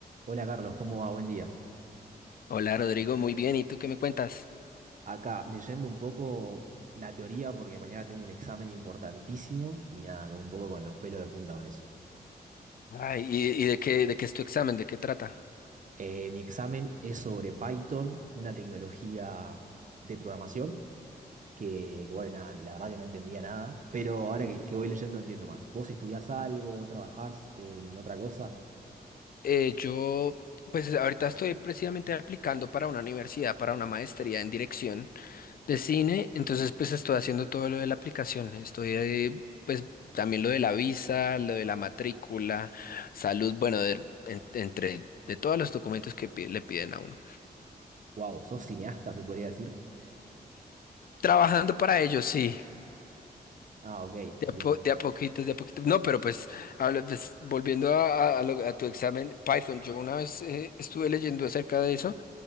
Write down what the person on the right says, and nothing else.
Hola Carlos, ¿cómo va? Buen día.
Acá leyendo un poco la teoría porque mañana tengo un examen importantísimo y nada, con- un poco con los pelos de punta con eso.
Eh, mi examen es sobre Python, una tecnología de programación que, que, bueno, nada, la verdad que no entendía nada, pero ahora que, que voy leyendo entiendo más. ¿Vos estudiás algo, trabajás en otra cosa?
Wow, ¿sos cineasta se podría decir?
Ah, ok,
bien.